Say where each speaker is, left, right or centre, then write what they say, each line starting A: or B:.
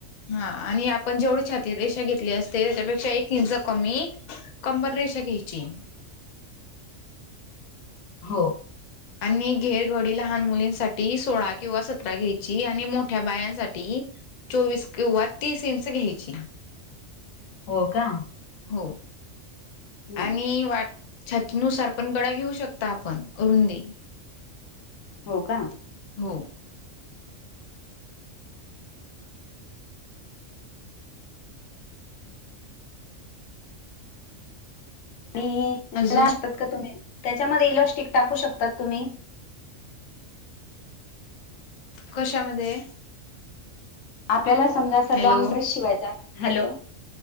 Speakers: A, on the left; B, on the left.
A: हा, आणि आपण जेवढी छाती रेषा घेतली असते. त्याच्यापेक्षा एक इंच कमी. कंबर रेषा घ्यायची.
B: हो.
A: आणि घेरघडी लहान मुलींसाठी सोळा किंवा सतरा घ्यायची आणि मोठ्या बायांसाठी. चोवीस किंवा तीस इंच घ्यायची.
B: हो, का?
A: हो.
B: हम्म.
A: आणि छातीनुसार पण गळा घेऊ शकता आपण अरुंदी.
B: हो का?
A: हो.
B: <inaudible> आणि
A: अजून
B: असतात का तुम्ही त्याच्यामध्ये इलॅस्टिक टाकू <inaudible> शकताात तुम्ही
A: कशामध्ये?
B: आपल्याला समजा अस
A: हॅलो
B: लॉंग ड्रेस शिवायचा, हॅलो.